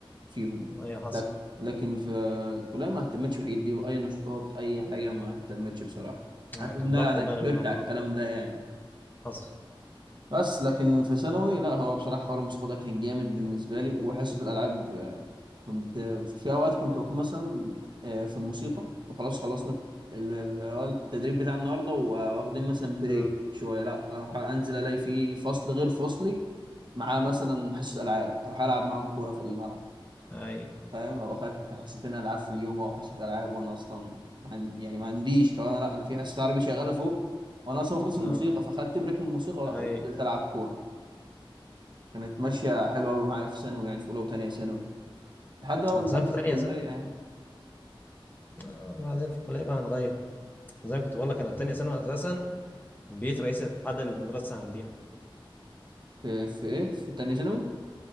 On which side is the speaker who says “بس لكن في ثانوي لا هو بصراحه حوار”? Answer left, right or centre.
Right